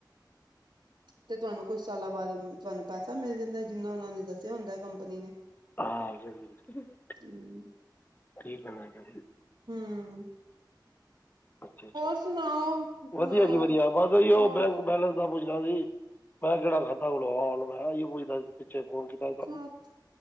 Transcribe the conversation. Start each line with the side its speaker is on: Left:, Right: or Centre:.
Right: ਤੇ ਤੁਹਾਨੂੰ ਕੁੱਛ ਸਾਲਾਂ ਬਾਅਦ ਤੁਹਾਨੂੰ ਪੈਸਾ ਮਿਲ ਜਾ ਹਦਾ ਜਿੰਨਾ ਉਹਨਾ ਨੇ ਦੱਸਿਆ ਹੁੰਦਾ ਕੰਪਨੀ ਨੇ
Left: ਹਾਂ ਬਿਲਕੁਲ
Right: ਹੂੰ,
Left: ਠੀਕੈ
Right: ਹਮ
Left: ਅੱਛਾ ਅੱਛਾ
Right: ਸੁਣਾਓ ਅ
Left: ਵਧੀਆ ਜੀ ਵਧੀਆ ਬਸ
Right: ਹੋਰ
Left: ਉਹ ਬੈਂਕ ਬੈਲੇੈਂਸ ਦਾ ਪੁ ਮੈਂ ਕਿਹੜਾ ਖਾਤਾ ਖੁਲਵਾਨਾ ਇਹੀਓ ਪੁੱਛਦਾ ਸੀ ਪਿੱਛੇ ਫੋਨ ਕੀਤਾ ਸੀ ਤੁਹਾਨੂੰ
Right: ਖਾ